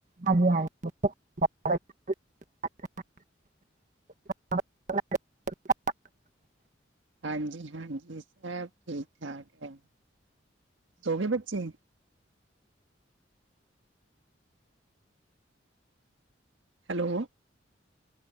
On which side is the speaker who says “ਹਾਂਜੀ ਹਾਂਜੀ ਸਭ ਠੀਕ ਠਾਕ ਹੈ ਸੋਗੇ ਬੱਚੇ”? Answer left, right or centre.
Right